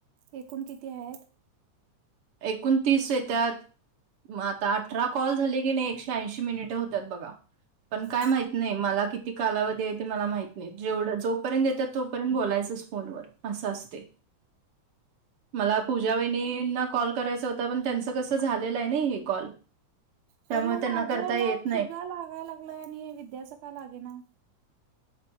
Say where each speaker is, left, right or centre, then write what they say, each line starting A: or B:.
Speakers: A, on the right; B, on the right.
A: एकूण किती आहेत?
B: एकोण, तीस येत्या. मग आता, अठरा कॉल झाले की नाही, एकशे ऐंशी मिनिटे होत्यात बघा, पण काय
A: हा
B: माहित नाही, मला किती कालावधी आहे ते, मला माहित नाही, जेवढं जोपर्यंत येतात, तोपर्यंत बोलायचं, कॉल वर अस असत्य, मला पूजा वाहिनी ना कॉल करायच होता, पण त्यांचं कसं झालेलं आहे, नाही हे कॉल, त्यामुळे
A: होण मग,
B: त्यांना
A: माझा
B: करता
A: हेला
B: येत नाही
A: तुझा लागायला, आणि विद्याच का लागे ना,